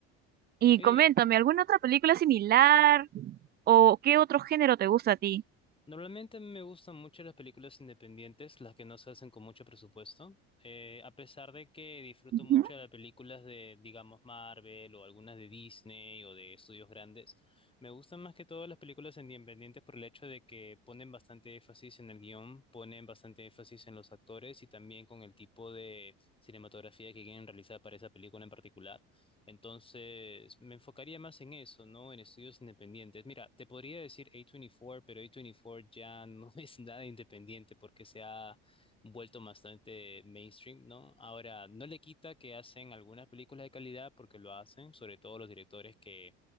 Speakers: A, on the right; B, on the left.
A: Y
B: Oye,
A: coméntame, ¿alguna otra película similar o qué otro género te gusta a ti?
B: Normalmente me gustan mucho las películas independientes, las que no se hacen con mucho presupuesto. Eh, a pesar de que disfruto
A: Ujú.
B: mucho de las películas de, digamos, Marvel o algunas de Disney o de estudios grandes, me gustan más que todo las películas independientes por el hecho de que ponen bastante énfasis en el guión, ponen bastante énfasis en los actores y también con el tipo de cinematografía que quieren realizar para esa película en particular. Entonces, me enfocaría más en eso, ¿no? En estudios independientes. Mira, te podría decir A24, pero A24 ya no <laughs> es nada independiente porque se ha vuelto bastante mainstream, ¿no? Ahora, no le quita que hacen algunas películas de calidad porque lo hacen, sobre todo los directores que